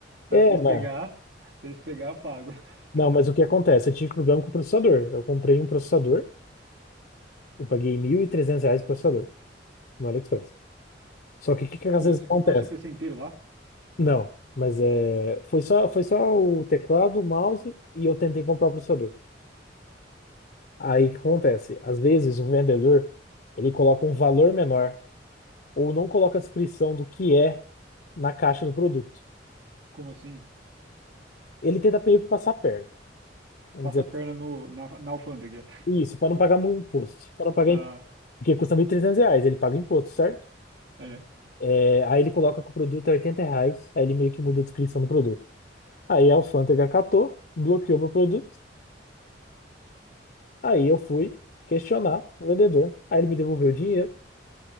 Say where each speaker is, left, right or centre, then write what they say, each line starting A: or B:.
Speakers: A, on the right; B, on the left.
A: Ah,
B: É,
A: se eles
B: é, mas,
A: pegar, se eles pegar, eu pago. <laughs>
B: não, mas o que acontece? Eu tive problema com o processador. Eu comprei um processador, eu paguei 1.300 reais o processador no AliExpress. Só que o que que às
A: Pô,
B: vezes
A: você
B: acontece?
A: comprou seu PC inteiro lá?
B: Não, mas é, foi só, foi só o teclado, o mouse e eu tentei comprar o processador. Aí o que acontece? Às vezes o vendedor ele coloca um valor menor ou não coloca a descrição do que é na caixa do produto.
A: Como assim?
B: Ele tenta meio que passar a perna. Vamos
A: Passa
B: dizer,
A: a perna no, na, na alfândega. <laughs>
B: assim. isso, para não pagar muito imposto. Para não pagar,
A: Ah,
B: imp- porque custa 1.300 reais, ele paga imposto, certo?
A: é.
B: É, aí ele coloca que o produto é 80 reais, aí ele meio que muda a descrição do produto. Aí a alfândega catou, bloqueou meu produto. Aí eu fui questionar o vendedor. Aí ele me devolveu o dinheiro.